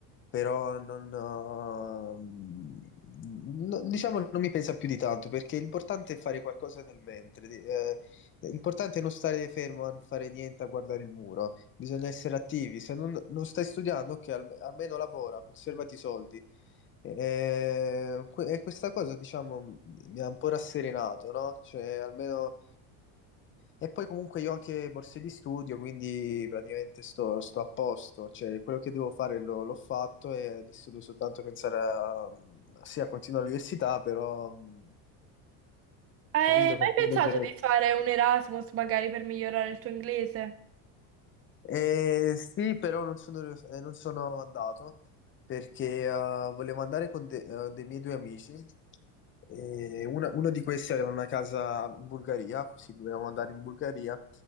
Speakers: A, on the left (about 30°); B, on the right (about 35°).
A: però non, eh, mm, no- diciamo non mi pensa più di tanto, perché l'importante è fare qualcosa nel mentre, eh, l'importante è non stare fermo a non fare niente, a guardare il muro, bisogna essere attivi, se non, non stai studiando, ok, al- almeno lavora, conservati i soldi. E, que- e questa cosa, diciamo, m- mi ha un po' rasserenato, no? Cioè, almeno... E poi comunque io ho anche borse di studio, quindi praticamente sto, sto a posto. Cioè, quello che devo fare l'ho l'ho fatto e adesso devo soltanto pensare a... Sì, a continuare l'università, però... mh,
B: Hai
A: Capito?
B: mai
A: Con
B: pensato
A: più leggerezza.
B: di fare un Erasmus magari per migliorare il tuo inglese?
A: Eh, sì, però non sono, rius- eh, non sono andato perché eh, volevo andare con de- eh, dei miei due amici. E una- uno di questi aveva una casa in Bulgaria, sì, dovevamo andare in Bulgaria,